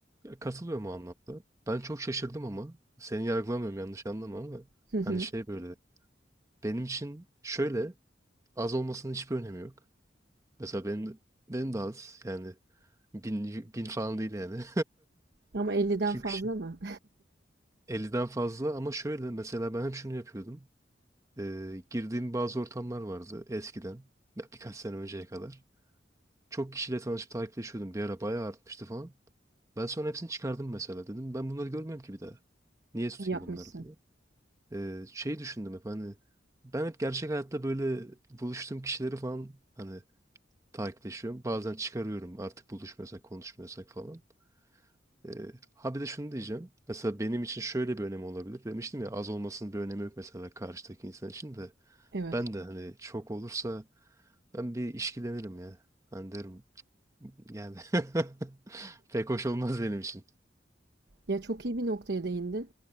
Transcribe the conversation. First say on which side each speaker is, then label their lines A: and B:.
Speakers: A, on the right; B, on the right.
A: katılıyorum o anlamda. Ben çok şaşırdım ama seni yargılamıyorum yanlış anlama ama
B: Hı hı.
A: hani şey böyle benim için şöyle az olmasının hiçbir önemi yok. Mesela benim, benim de az yani bin, bin falan değil yani.
B: Ama elli'den
A: <laughs> Çünkü
B: fazla
A: şey,
B: mı?
A: 50'den fazla ama şöyle mesela ben hep şunu yapıyordum. Ee, girdiğim bazı ortamlar vardı eskiden ya birkaç sene önceye kadar. Çok kişiyle tanışıp takipleşiyordum. Bir ara bayağı artmıştı falan. Ben sonra hepsini çıkardım mesela dedim. Ben bunları görmüyorum ki bir daha. Niye tutayım
B: <laughs> Yapmışsın.
A: bunları diye. Ee, şey düşündüm hep hani ben hep gerçek hayatta böyle buluştuğum kişileri falan hani takipleşiyorum. Bazen çıkarıyorum artık buluşmuyorsak konuşmuyorsak falan. Ee, ha bir de şunu diyeceğim. Mesela benim için şöyle bir önemi olabilir. Demiştim ya az olmasının bir önemi yok mesela karşıdaki insan için de.
B: Evet.
A: Ben de hani çok olursa ben bir işkilenirim ya. Hani derim yani <laughs> pek hoş olmaz benim için.
B: Ya çok iyi bir noktaya değindin.